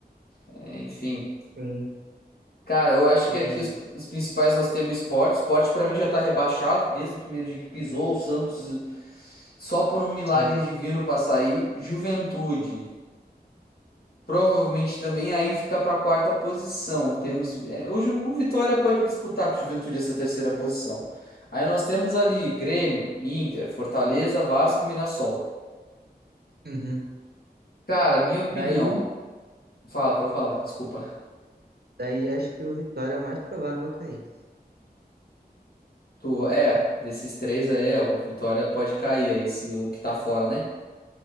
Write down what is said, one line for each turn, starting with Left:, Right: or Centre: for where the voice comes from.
Left: É, Enfim,
Right: Sim,
Left: Cara, eu acho
Right: eu
Left: que aqui
Right: tenho
Left: os, os principais nós temos esporte. Esporte pra mim já tá rebaixado desde o primeiro dia que pisou. O Santos só por um milagre
Right: sim.
Left: divino pra sair. Juventude. Provavelmente também aí fica pra quarta posição. Temos é, hoje o Vitória pode disputar com o Juventude essa terceira posição. Aí nós temos ali Grêmio, Inter, Fortaleza, Vasco, Mirassol.
Right: Uhum.
Left: Cara, minha opinião.
Right: Daí.
Left: Fala, pode falar, desculpa.
Right: Daí acho que o Vitória é o mais provável a cair.
Left: Tu é, desses três aí, é, o Vitória pode cair aí, se o que tá fora, né?